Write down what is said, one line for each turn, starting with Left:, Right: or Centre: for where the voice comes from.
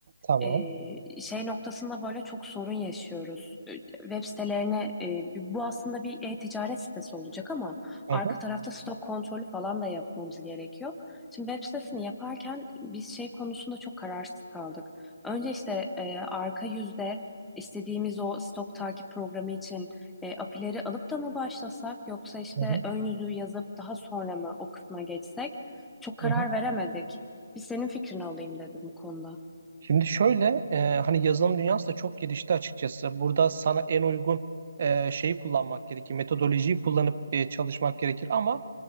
Right: tamam.
Centre: e, şey noktasında böyle çok sorun yaşıyoruz. E, Web sitelerine e, bu aslında bir e-ticaret sitesi olacak ama
Right: Hı
Centre: arka
Right: hı,
Centre: tarafta stok kontrolü falan da yapmamız gerekiyor. Şimdi web sitesini yaparken biz şey konusunda çok kararsız kaldık. Önce işte e, arka yüzde istediğimiz o stok takip programı için e, apileri alıp da mı başlasak yoksa işte
Right: hı hı,
Centre: ön yüzü yazıp daha sonra mı o kısma geçsek? Çok karar
Right: hı hı.
Centre: veremedik. Bir senin fikrini alayım dedim bu konuda.
Right: Şimdi şöyle e, hani yazılım dünyası da çok gelişti açıkçası. Burada sana en uygun e, şeyi kullanmak gerekir. Metodolojiyi kullanıp e, çalışmak gerekir. Ama